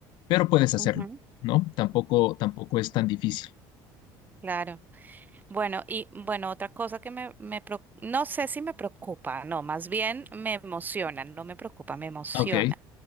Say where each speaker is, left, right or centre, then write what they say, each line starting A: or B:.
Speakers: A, on the left; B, on the right.
A: pero puedes hacerlo,
B: Ujú.
A: ¿no? Tampoco, tampoco es tan difícil.
B: Claro. Bueno, y bueno, otra cosa que me, me preocu- no sé si me preocupa, no, más bien me emociona, no me preocupa, me emociona.
A: Ok,